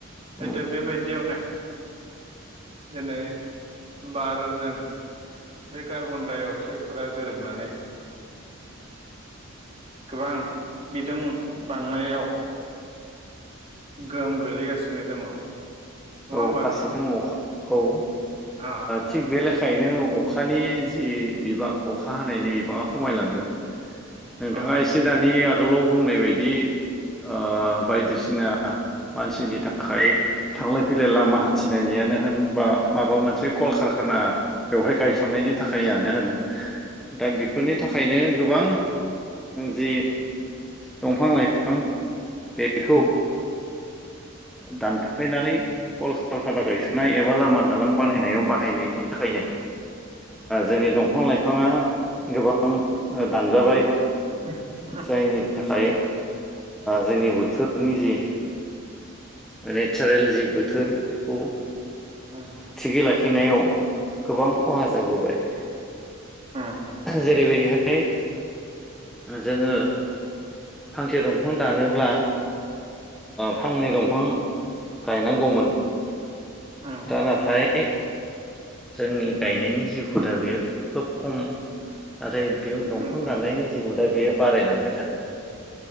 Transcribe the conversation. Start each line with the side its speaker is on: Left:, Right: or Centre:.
Centre: उम
Right: हयथ' बेबायदियावनो दिनै बारजों बे कार्बन डाइ अक्साइडफोरा गोरोबनानै गोबां बिदुं बांनायाव गोहोम गोल्लैगासिनो दङ होमबा
Centre: औ फारसेथिं
Right: नोंथां
Centre: अखा औ
Right: अ
Centre: थिग बे लेखायैनो अखानि जि बिबां अखा हानायनि बिबाङा खमायलांदों। नोंथाङा
Right: औ नंगौ
Centre: एसे
Right: नोंथां
Centre: दानि आगोलाव बुंनाय बायदि ओ बायदिसिना मानसिनि थाखाय थांलाय फैलाय लामा हान्थिनाययानो होनबा माबा मोनसे कलकारखाना बेवहाय गायसननायनि थाखाययनो होन दा बेफोरनि थाखायनो गोबां जि दंफां लाइफां बेखौ दानफायनानै कल कलका गायसनाय एबा लामा दालां बानायनायाव बाहायनायनि थाखायनो जोंनि दंफां
Right: उम
Centre: लाइफाङा गोबां दानजाबाय
Right: <inaudible>
Centre: जायनि थाखाय जोंनि बोथोरनि जि नेचारेल जि बोथोर बेखौ
Right: उम
Centre: थिगै लाखिनायाव गोबां खहा जाबोबाय
Right: उम
Centre: जेरैबायदिहाय जोङो फांसे दंफां दानोब्ला फांनै दंफां गायनांगौमोन
Right: औ
Centre: दा नाथाय जोंनि गायनायनि जि हुदा बे खोब खम नाथाय बे दंफां
Right: उम उम
Centre: दाननायनि जिबो दा बेयो बारायलांबाय थादों।